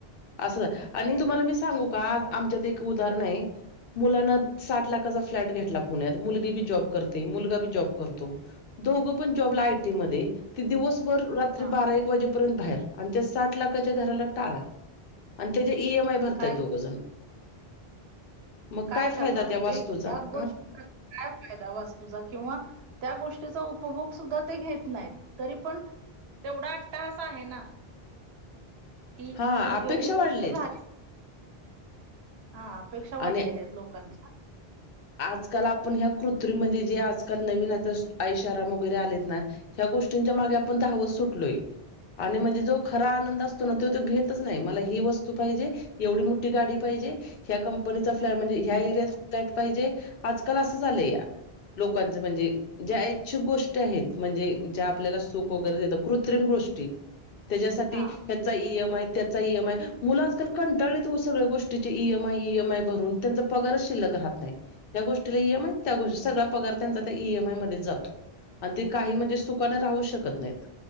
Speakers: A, on the left; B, on the right.
A: असं आणि तुम्हाला मी सांगू का आमच्यात एक उदाहरण आहे मुलानं साठ लाखाचा फ्लॅट घेतला पुण्यात मुलगी बी जॉब करते, मुलगा बी जॉब करतो. दोघं पण जॉबला आ. य. टी. मध्ये ते दिवसभर रात्री
B: हा
A: बारा- एक वाजेपर्यंत बाहेर आणि त्या साठ लाखाच्या घराला टाळा आणि त्यांचे इ. एम. आय भरतात
B: काय
A: दोघं जण मग
B: काय करणार
A: फायदा
B: म्हणजे
A: त्या वास्तूचा
B: ह्या गोष्टीचा
A: अं?
B: काय फायदा वास्तूचा किंवा त्या गोष्टीचा उपभोग सुद्धा ते घेत नाहीत, तरी पण तेवढा अट्टहास आहे ना की
A: हा
B: ही
A: अपेक्षा
B: एवढी
A: वाढलेत
B: गोष्ट झाली हा अपेक्षा
A: आणि
B: वाढलेल्या आहेत लोकांच्या
A: आजकाल आपण ह्या कृत्रिम म्हणजे जे आजकाल नवीन आता आईशाराम वगैरे आलेत ना ह्या गोष्टींच्या मागे आपण धावत सुटलोय आणि म्हणजे जो खरा आनंद असतो ना तो तो घेतच नाही मला ही वस्तू पाहिजे एवढी मोठी गाडी पाहिजे ह्या कंपनीचा फ्लाय म्हणजे ह्या एरियात पाहीजे, आजकाल असं झालंया लोकांच म्हणजे ज्या इच्छुक गोष्टी आहेत म्हणजे, ज्या आपल्याला सुख वगैरे देतात कृत्रिम गोष्टी त्यांच्यासाठी
B: हा
A: ह्यात हेचा ई. एम. आय त्याचा ई. एम. आय मुलं आजकाल कंटाळलेत ओ सगळ्या गोष्टीचे E. M. I, E. M. I भरून त्यांचा पगारच शिल्लक राहत नाही या गोष्टीला ई. एम. आय त्या गोष्टी सगळा पगार त्यांचा त्या ई. एम. आय मध्येच जातो आणि ते काही म्हणजे सुखान राहूच शकतं नाहीत.